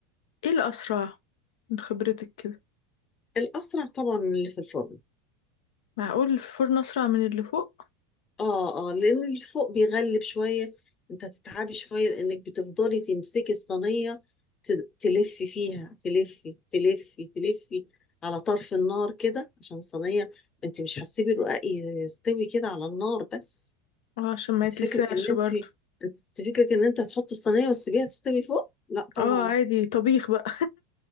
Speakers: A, on the left (about 85°); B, on the left (about 20°).
A: ايه الاسرع من خبرتك كده
B: الأسرع طبعا من اللي في الفرن
A: معقول الفرن اسرع من اللي فوق
B: اه اه لأن اللي فوق بيغلب شوية انت هتتعبي شوية لأنك بتفضلي تمسكي الصينية ت- تلفي فيها تلفي تلفي تلفي على طرف النار كده عشان الصينية انت مش هتسيبي الرقاق يستوي كده على النار بس
A: اه عشان ما
B: انت
A: يتلسعش
B: فكرك ان انت
A: برضو
B: انت فكرك ان انت هتحطي الصينية وتسيبيها تستوي فوق لا طبعا
A: اه عادي طبيخ بقى